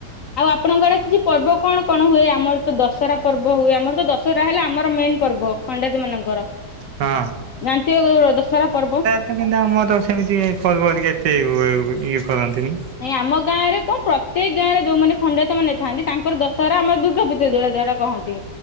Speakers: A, on the left; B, on the right.
A: ଆଉ ଆପଣଙ୍କର କିଛି ପର୍ବ କଣ କଣ ହୁଏ ଆମର ତ ଦଶରା ପର୍ବ ହୁଏ ଆମର ତ ଦଶହରା ହେଲେ ଆମର ମେନ ପର୍ବ ଖଣ୍ଡାୟତ ମାନଙ୍କର
B: ହଁ
A: ଜାଣିଥିବେ ଦଶହରା ପର୍ବ
B: କି ଆମର ତ ସେମିତି ଫର୍ ଫରିକ ଏତେ ଇଏ କରନ୍ତିି
A: ନାଇଁ ଆମ ଗାଁ ରେ କଣ ପ୍ରତ୍ୟେକ ଗାଁରେ ଯୋଉମାନେ ଖଣ୍ଡେତ ମାନେ ଥାନ୍ତି ତାଙ୍କର ଦଶହରା ଆମର ଦୁର୍ଗା ପୂଜା ଯଉ ଯଵାରା କହନ୍ତି